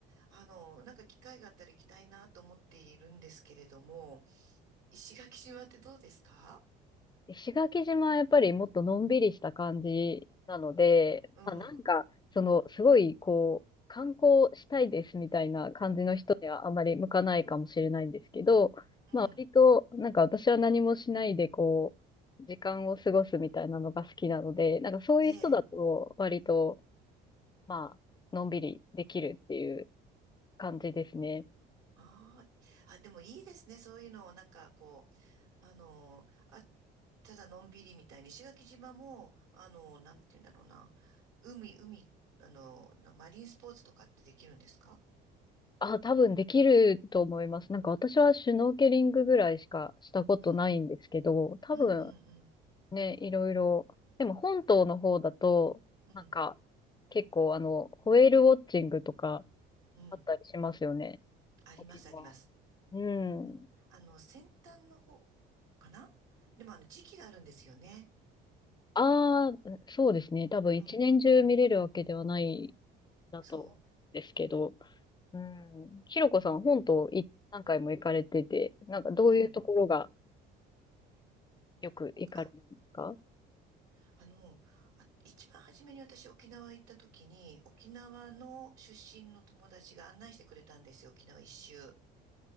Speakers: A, on the right; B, on the left.
A: あの、なんか機会があったら行きたいなと思っているんですけれども、石垣島ってどうですか
B: 石垣島はやっぱりもっとのんびりした感じなので、
A: うん、
B: まあ、なんか、
A: うん、
B: その、すごい、こう、観光したいですみたいな感じの人にはあまり向かないかもしれないんですけど、
A: うん。
B: まあ、割と、なんか私は何もしないで、こう、時間を過ごすみたいなのが好きなので、なんかそういう人だと、
A: ええ
B: 割と、まあ、のんびりできるっていう感じですね。
A: ああ、あ、でもいいですね。そういうのを、なんかこう、あのー、あ、ただのんびりみたいに、石垣島も、あのー、なんて言うんだろうな。海、海、あのー、なマリンスポーツとかってできるんですか
B: あ、多分できると思います。なんか私はシュノーケリングぐらいしかしたことないんですけど、
A: うん、
B: 多分
A: うん、うん、
B: ね、いろいろ。でも本島の方だと、
A: うん、
B: なんか、
A: うん、
B: 結構あの、ホエールウォッチングとか
A: うん。
B: あったりしますよね。
A: あります、
B: 沖縄。
A: あります。
B: うん。
A: んあの、先端の方かなでも、あの、時期があるんですよね。
B: ああ、そうですね。多分一年中見れるわけではない
A: うん、
B: だと、
A: そ
B: ですけど。うん。ひろこさん、本島い何回も行かれてて、なんかどういうところが
A: う。うん。
B: よく行かれるんですか
A: あ、あの、あ、一番初めに私沖縄行った時に、沖縄の出身の友達が案内してくれたんですよ、沖縄一周。